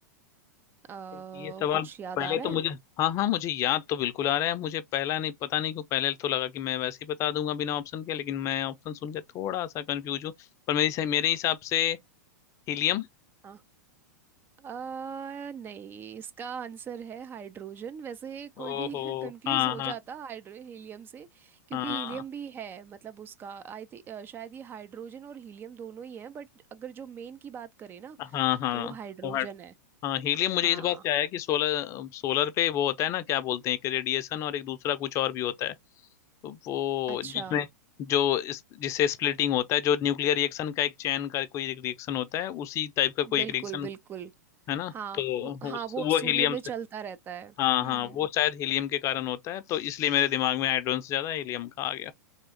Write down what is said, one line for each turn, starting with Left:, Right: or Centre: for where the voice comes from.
Right: अ,
Left: है। ये सवाल
Right: कुछ याद
Left: पहले
Right: आ
Left: तो
Right: रहा
Left: मुझे हाँ हाँ मुझे याद तो बिल्कुल आ रहा है मुझे पहला नहीं पता नहीं क्यों पहले तो लगा कि मैं वैसे ही बता दूंगा बिना ऑप्शन के लेकिन मैं ऑप्शन सुन के थोड़ा सा कंफ्यूज हूँ पर मेरे से- मेरे हिसाब से हीलियम
Right: है आ, नहीं इसका आंसर है हाइड्रोजन वैसे
Left: ओहो
Right: कोई भी <laughs> कंफ्यूज
Left: हाँ
Right: हो
Left: हाँ
Right: जाता हाइड्रो हीलियम से क्योंकि
Left: हाँ
Right: हीलियम भी है मतलब उसका आई थिंक शायद ये हाइड्रोजन और हीलियम दोनों ही हैं बट अगर जो मेन की बात करें ना
Left: हाँ हाँ हाँ
Right: तो वो हाइड्रोजन
Left: हाँ,
Right: है
Left: हाँ हीलियम मुझे
Right: हाँ
Left: इस बात से आया कि सोलर सोलर पे वो होता है ना क्या बोलते हैं एक रेडिएशन और एक दूसरा कुछ और भी होता है तो वो
Right: अच्छा
Left: जिसमें जो इस, जिससे स्प्लिटिंग होता है जो न्यूक्लियर रिएक्शन का एक चैन का कोई एक रिएक्शन होता है उसी टाइप का कोई
Right: बिल्कुल
Left: एक रिएक्शन
Right: बिल्कुल
Left: है ना
Right: हाँ
Left: तो
Right: उ- हाँ
Left: उस,
Right: वो
Left: वो
Right: सूर्य
Left: हीलियम
Right: में
Left: से
Right: चलता रहता है हम्म
Left: हाँ हाँ वो शायद हीलियम के कारण होता है तो इसलिए मेरे दिमाग में हाइड्रोजन से ज्यादा हीलियम का आ गया